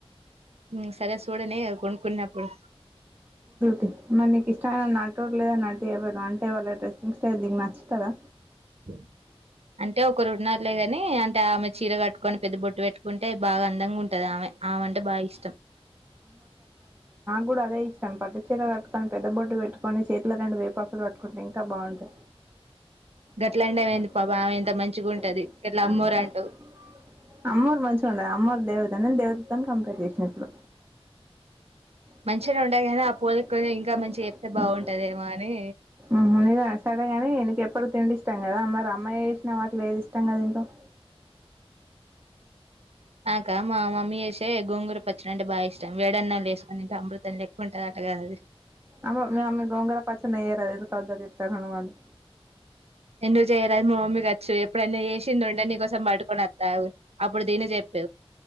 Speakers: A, on the right (about 75°); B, on the right (about 20°).
A: ఉమ్, సరే చూడని కొనుక్కున్నప్పుడు
B: సెస్ <unintelligible> లేద అంటే ఎవరు అంటే వాళ్ళ డ్రెస్సింగ్ స్టైల్ నీకు నచ్చుతదా
A: హ అంటే ఒకరు ఉన్నారులే గానీ అంటే ఆమె చీర కట్టుకొని పెద్ద బొట్టు పెట్టుకుంటే బాగా అందంగా ఉంటది ఆమె ఆమె అంటే బా ఇష్టం
B: కూడ అదే ఇష్టం. పట్టుచీర కట్టుకొని, పెద్ద బొట్టు పెట్టుకుని, చేతిలో రెండు వేపాకులు పట్టుకుంటే ఇంకా బాగున్ స
A: గట్లాంటివి
B: <unintelligible>
A: ఏంది పాపం ఆమె ఎంత మంచిగా ఉంటది గట్లా అమ్మోరు అంటావు
B: అమ్మారు మంచిగా ఉండద? అమ్మోరు దేవత నిన్ దేవతతోని కంపేర్ చేసిన ఇప్పుడు.
A: మంచిగానే
B: మంచిగ
A: ఉండయి
B: ఉన్న <unintelligible>
A: గాని ఆ పోలిక కొంచెం ఇంకా మంచిగా చెప్తే బాగుంటదేమో అని
B: అమ్మయ్య సరేగాని, నీక్ ఎప్పుడు తిండి ఇష్టం కదా! మరి అమ్మాయ్య చేసిన వాటిలొ ఏది ఇష్టంగ తింటావ్
A: నాకా మా మమ్మీ చేసే గోంగూర పచ్చడి అంటే బాగ ఇష్టం. వేడి అన్నంలో వేసుకుని తింటే అమృతంలెక్ కుంటాదట గద అది.
B: అమ్మో మిమమ్మీ గోంగూర పచ్చడి నియ్యారాద్ అదేదో కొత్తది చెప్తాన్నావ్ నువ్వు అని
A: ఎందుకు చేయరాదు మా మమ్మీకి వచ్చు. ఎప్పుడైన్న చేసింది ఉంటే, నీకోసం పట్టుకొని వస్తా ఆగు. అప్పుడు దీని చెప్పు.